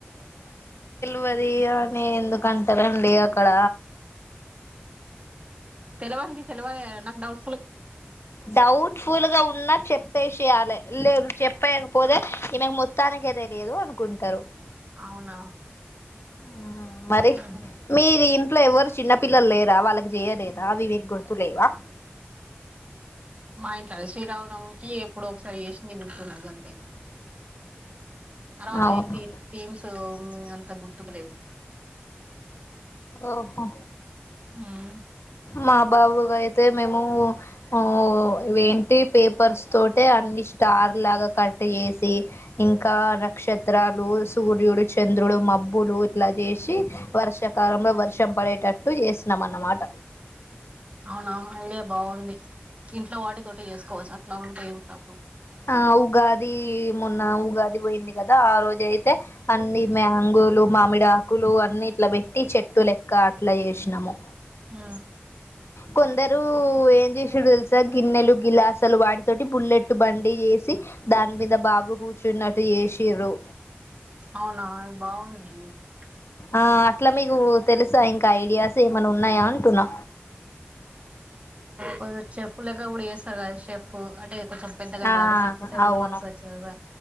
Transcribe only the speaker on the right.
తెల్లవారింది తెల్లవారి నాక్డౌట్
అవునా
ఉహు
మా ఇంట్ల శ్రీరావనవమికి ఎప్పుడో ఒక్కసారి చేసింది గుర్తున్న గంతే. తర్వాత
ఏంటి థీమ్స్ అంత గు తొక్క లేవ్
మ్
అవునవునండి ఆ బావుంది. ఇంట్లో వాటితోటె చేసుకోవచ్చ అట్లా ఉంటే ఏం ప్రా.
ఆ
అవునా బా <unintelligible>
కొ షెఫ్ లెక కూడా చేస్తారు కదా షెఫ్ అంటే కొంచం పెద్దగైన
తరువాత సిక్స్ సెవెన్
మంత్స్ వచ్చి కదా